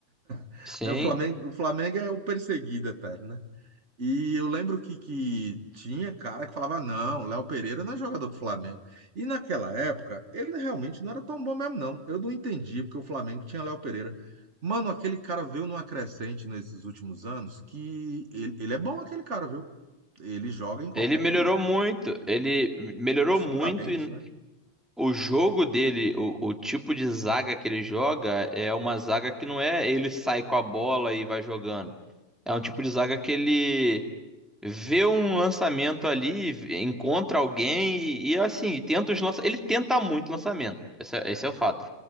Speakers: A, on the right; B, in the centre.
A: <laughs>
B: Sim,
A: É, O Flamengo, o Flamengo é o perseguido eterno, né? E eu lembro que, que tinha cara que falava, não, Léo Pereira não é jogador do Flamengo. E naquela época, ele realmente não era tão bom mesmo, não. Eu não entendi porque o Flamengo tinha Léo Pereira. Mano, aquele cara veio numa crescente nesses últimos anos que ele, ele é bom aquele cara, viu? Ele joga em qualquer
B: Ele melhorou
A: clube.
B: muito, ele melhorou
A: Os
B: muito
A: fundamentos,
B: e
A: né?
B: o jogo dele, o, o tipo de zaga que ele joga é uma zaga que não é ele sai com a bola e vai jogando. É um tipo de zaga que ele vê um lançamento ali, v- encontra alguém e, e, assim, tenta os lança... ele tenta muito lançamento. Esse é, esse é o fato.